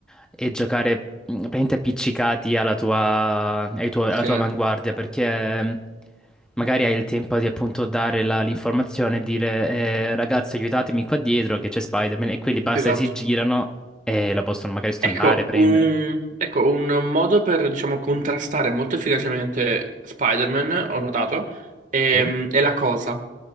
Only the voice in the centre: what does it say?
è giocare mh, praticamente appiccicati alla tua, ai tuo- alla
tua avanguardia, perché mh, magari hai il tempo di appunto dare la- l'informazione e dire eh, ragazzi aiutatemi qua dietro che c'è Spider-Man e quelli basta
che si girano e la possono magari stunnare,
prendere.
Sì?